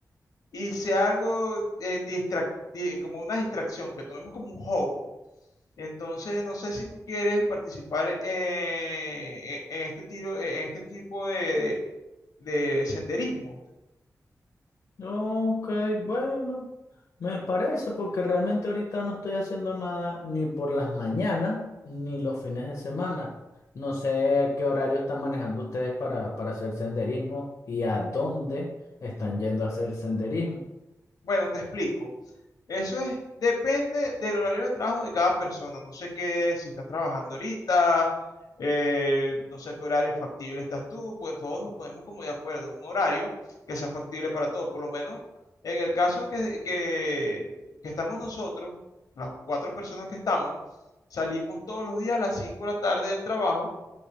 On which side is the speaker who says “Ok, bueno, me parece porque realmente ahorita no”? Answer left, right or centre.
Left